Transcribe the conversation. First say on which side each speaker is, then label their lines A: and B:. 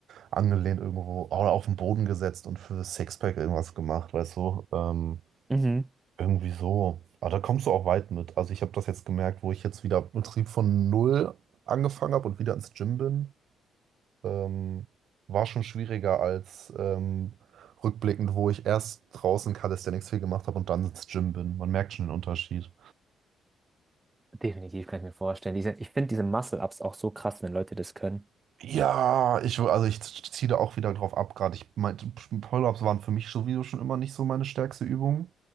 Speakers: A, on the right (about 70°); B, on the right (about 20°).
A: angelehnt irgendwo oder auf den Boden gesetzt und für das Sixpack irgendwas gemacht, weißt du? Ähm,
B: Mhm.
A: irgendwie so. Aber da kommst du auch weit mit. Also ich habe das jetzt gemerkt, wo ich jetzt wieder Betrieb von null angefangen habe und wieder ins Gym bin. Ähm, war schon schwieriger als ähm, rückblickend, wo ich erst draußen Calisthenics viel gemacht habe und dann ins Gym bin. Man merkt schon den Unterschied.
B: Definitiv kann ich mir vorstellen. Diese, ich finde diese Muscle-Ups auch so krass, wenn Leute das können.
A: Ja, ich, also ich ziehe da auch wieder drauf ab, gerade ich meinte, Pull-ups waren für mich sowieso schon immer nicht so meine stärkste Übung.